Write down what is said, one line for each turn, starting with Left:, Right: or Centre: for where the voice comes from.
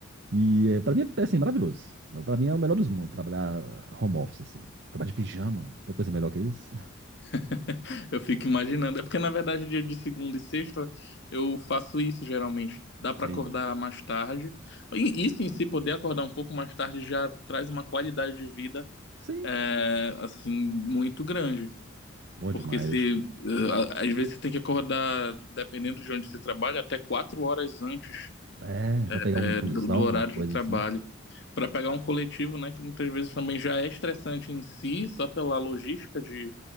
Right: E é, pra mim é, assim, maravilhoso. Pra mim é o melhor dos mundos, trabalhar home office, assim. Trabalhar de pijama, tem coisa melhor que isso?
Left: <laughs> Eu fico imaginando. É porque, na verdade, dia de segunda e sexta eu faço isso geralmente. Dá pra
Right: <laughs> Sim.
Left: acordar mais tarde. E isso em si, poder acordar um pouco mais tarde já traz uma qualidade de vida,
Right: Sim,
Left: é, assim, muito grande.
Right: bom
Left: Porque
Right: demais.
Left: se, eh, a- às vezes você tem que acordar, dependendo de onde você trabalha, até quatro horas antes,
Right: É, vai pegar
Left: eh,
Right: um busão,
Left: do, do
Right: alguma
Left: horário
Right: coisa
Left: de trabalho.
Right: assim.
Left: Pra pegar um coletivo, né, que muitas vezes também já é estressante em si, só pela logística de,